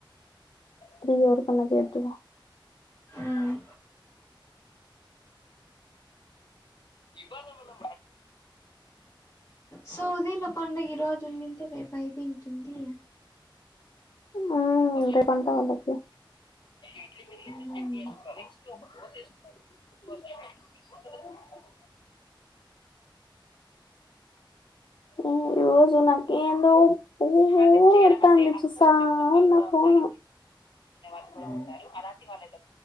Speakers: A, on the left; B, on the left.
A: త్రీ ఎవరికన్నా చెధువు
B: ఊమ్
A: <inaudible>
B: సౌదీలో పండుగ ఈ రోజు ఉనింటే రేపు అయి పోయింటుంది
A: ఆ రేపంట వాళ్లకి ఇడ్లీలి మలి
B: మ్మ్
A: చెట్ అస్త <inaudible> స <inaudible> ఉ ఈరోజు నా కేందో బోర్ కొడతాంది చూస్తా ఉన్న ఫోను వాళ్ళు కూడా
B: మ్మ్
A: ఉంటారు అలాంటి వాళ్ళ <inaudible>